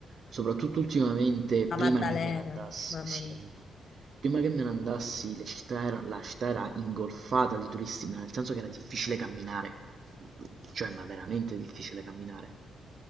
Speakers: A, on the right (about 50°); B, on the left (about 50°).
A: Soprattutto ultimamente,
B: La
A: prima
B: Maddalena,
A: che me ne andassi,
B: mamma
A: sì,
B: mia.
A: prima che me ne andassi, le città era- la città era ingolfata di turisti, ma nel senso che era difficile camminare, cioè, ma veramente difficile camminare.